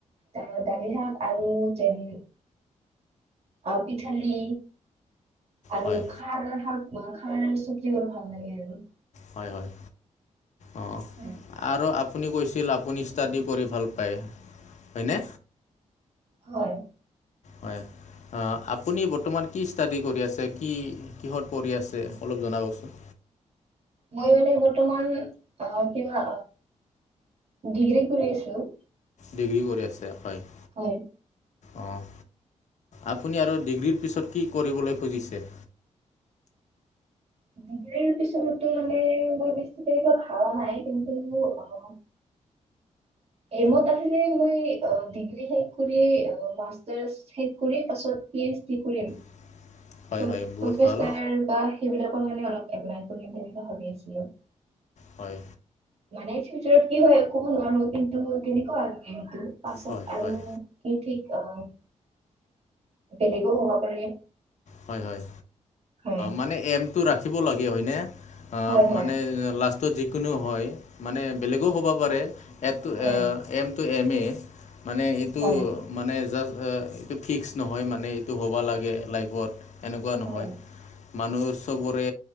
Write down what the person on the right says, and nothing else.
ত দালি শাক আৰু চেনি। আপি থালি। আৰু
খাৰ শাক খাৰ চবজিবোৰ ভাল লাগে আৰু।
হয়।
হয়।
মই মানে বৰ্তমান, অ', কিবা ডিগ্ৰী কৰি আছোঁ।
হয়।
ডিগ্ৰীৰ পিছতেই মানে, মই বেছি আকো ভাবা নাই, কিন্তু অ' এইমত আছিল, মই ডিগ্ৰী শেষ কৰি মাষ্টাৰ্ছ শেষ কৰি, পাছত পি এইচ ডি কৰিম।
চ',
প্ৰফেছাৰ
বা সেইবিলাকৰ কাৰণে অলপ এপলাই কৰিম, তেনেকা ভাবি আছিলোঁ।
মানে ফিউচাৰত কি হয় ক'ব নোৱাৰো, কিন্তু তেনেকুৱা আৰু কিন্তু, পাছত
আৰু
কি ঠিক আ বেলেগু হোৱা পাৰে।
হয়।
হয় হয়
হয়
হয়
হয়।